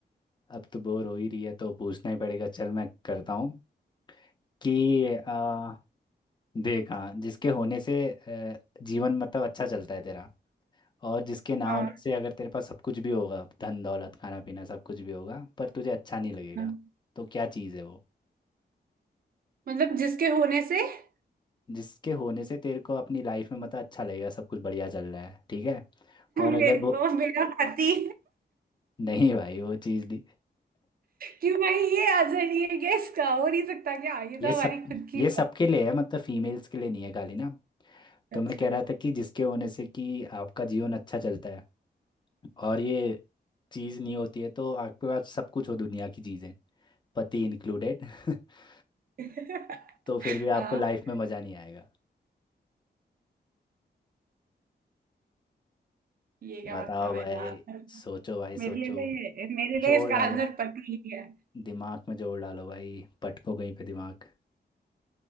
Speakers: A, on the left; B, on the right.
A: अब तो बोर हो ही रही है तो पूछना ही पड़ेगा चल मैं करता हूँ कि आ, देख हाँ जिसके होने से अ, जीवन मतलब अच्छा चलता है तेरा और जिसके ना
B: हाँ
A: होने से अगर तेरे पास सब कुछ भी होगा धन दौलत खाना पीना सब कुछ भी होगा पर तुझे अच्छा नहीं लगेगा
B: हाँ।
A: तो क्या चीज़ है वो
B: मतलब जिसके होने से <laughs>
A: जिसके होने से तेरे को अपनी लाइफ में मतलब अच्छा लगेगा सब कुछ बढ़िया चल रहा है ठीक है और अगर
B: मेरे
A: वो <laughs>
B: को मेरा पति
A: नहीं भाई वो चीज़ नहीं
B: कि भाई ये अजर ये गेस का हो नहीं सकता क्या
A: <laughs>
B: ये तो
A: ये सब
B: हमारी खुद की
A: ये सबके लिए है मतलब फीमेल्स के लिए नहीं है खाली ना
B: अच्छा
A: तो मैं कह रहा था कि जिसके होने से कि आपका जीवन अच्छा चलता है और ये चीज़ नहीं होती है तो आपके पास सब कुछ हो दुनिया की चीज़ें पति इंक्लूडेड <laughs>
B: <laughs>
A: तो फिर भी
B: हाँ
A: आपको लाइफ में मज़ा नहीं आएगा
B: ये क्या
A: बताओ
B: मतलब
A: भाई
B: है यार
A: सोचो भाई
B: मेरे
A: सोचो
B: लिए तो ये मेरे लिए
A: जोर
B: इसका
A: डालो
B: आंसर पति ही है
A: दिमाग में जोर डालो भाई पटको कहीं पे दिमाग